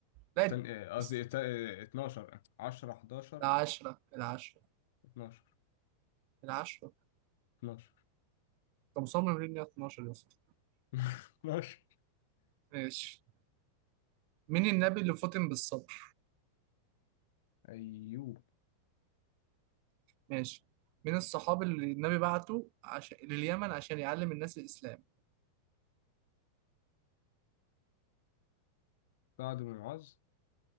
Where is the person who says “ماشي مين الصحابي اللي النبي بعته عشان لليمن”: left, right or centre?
Right